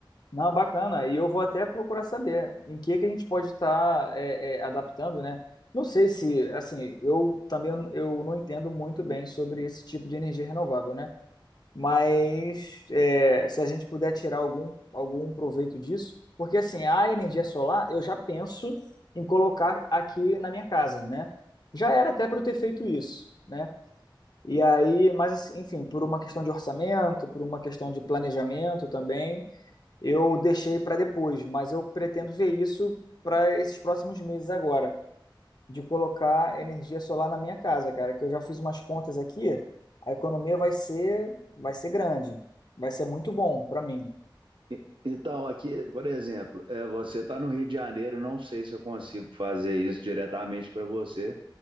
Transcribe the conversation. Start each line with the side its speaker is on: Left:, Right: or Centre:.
Left: Não, bacana. E eu vou até procurar saber em que que a gente pode estar é, é, adaptando, né? Não sei se, assim, eu também eu não entendo muito bem sobre esse tipo de energia renovável, né? Mas é, se a gente puder tirar algum, algum proveito disso, porque assim, a energia solar eu já penso em colocar aqui na minha casa, né? Já era até para eu ter feito isso, né? E aí, mas assim, enfim, por uma questão de orçamento, por uma questão de planejamento também, eu deixei para depois, mas eu pretendo ver isso para esses próximos meses agora de colocar energia solar na minha casa, cara, que eu já fiz umas contas aqui, a economia vai ser vai ser grande, vai ser muito bom para mim.
Right: E- Então, aqui, por exemplo, é, você está no Rio de Janeiro, não sei se eu consigo fazer isso diretamente para você,